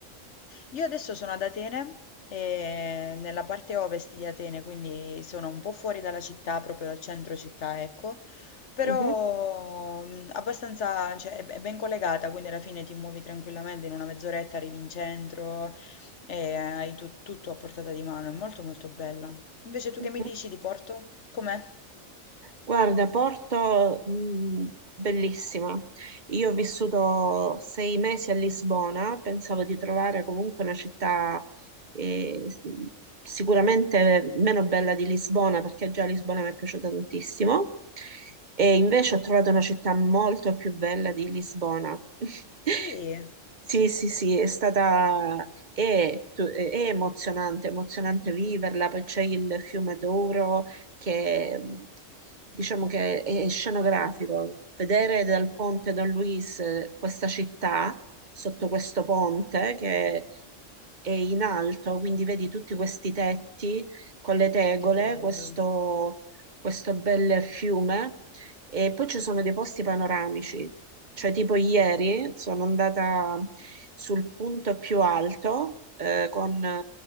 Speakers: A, on the left; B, on the right.
A: Io adesso sono ad Atene, e nella parte ovest di Atene, quindi sono un po' fuori dalla città, proprio dal centro città, ecco, però
B: Mhm,
A: mh, abbastanza, cioè, è è ben collegata, quindi alla fine ti muovi tranquillamente, in una mezz'oretta arrivi in centro e hai tu- tutto a portata di mano, è molto molto bella. Invece tu
B: mhm.
A: che mi dici di Porto? Com'è?
B: Guarda, Porto, mh, bellissima. Io ho vissuto sei mesi a Lisbona, pensavo di trovare comunque una città eh, s- sicuramente meno bella di Lisbona, perché già Lisbona mi è piaciuta tantissimo, e invece ho trovato una città molto più bella di Lisbona. <laughs>
A: Sì,
B: Sì, sì, sì, è stata è, tu- è emozionante, emozionante viverla, poi c'è il fiume Douro che mh, diciamo che è scenografico. Vedere dal ponte Don Luis eh, questa città sotto questo ponte che è in alto, quindi vedi tutti questi tetti con le tegole,
A: che bello,
B: questo, questo bel fiume. E poi ci sono dei posti panoramici, cioè tipo ieri sono andata sul punto più alto eh, con eh,